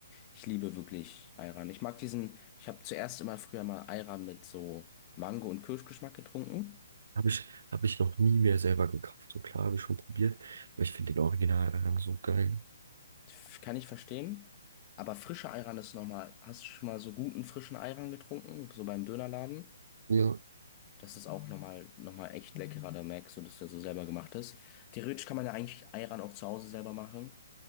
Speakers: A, on the left; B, on the right.
A: ich liebe wirklich Ayran. Ich mag diesen, ich habe zuerst immer früher mal Ayran mit so Mango- und Kirschgeschmack getrunken.
B: habe ich, hab ich noch nie mehr selber gekauft. So klar, habe ich schon probiert. Aber ich finde den Original Ayran so geil.
A: F- Kann ich verstehen. Aber frischer Ayran ist nochmal, hast du schon mal so guten frischen Ayran getrunken, so beim Dönerladen?
B: Ja,
A: Das ist auch nochmal, nochmal echt leckerer, da merkst du, dass der so selber gemacht ist. Theoretisch kann man ja eigentlich Ayran auch zu Hause selber machen.